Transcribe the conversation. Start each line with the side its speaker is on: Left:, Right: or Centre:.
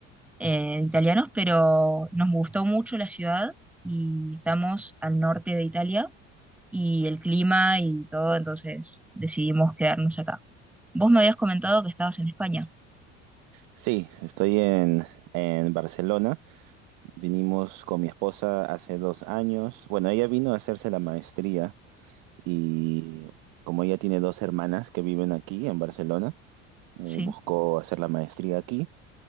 Centre: eh, italianos, pero nos gustó mucho la ciudad y estamos al norte de Italia y el clima y todo, entonces decidimos quedarnos acá. Vos me habías comentado que estabas en España,
Right: Sí, estoy en, en Barcelona. Vinimos con mi esposa hace dos años. Bueno, ella vino a hacerse la maestría y como ella tiene dos hermanas que viven aquí en Barcelona, eh,
Centre: sí,
Right: buscó hacer la maestría aquí.